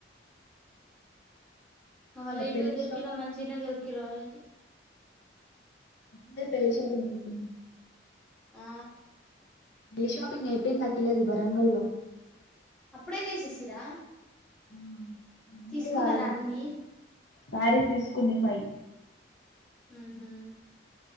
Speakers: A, in the centre; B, on the left (about 65°).
A: ఆ లేట్
B: పెళ్లి
A: గా దొరికిన మంచిగనే దొర్కిరు వాళ్ళకి
B: మ్ తెలిసి అయిపోయిందనుకుంట
A: ఆ
B: దిల్ షాపింగ్ అయిపోయిందా కిలో ది వరంగల్ లో
A: అప్పుడే చేసేసిరా
B: మ్
A: తీసుకున్నారా
B: <unintelligible> కాలేదు
A: అన్ని
B: శారీస్ తీసుకొని ఫై
A: మ్ హూ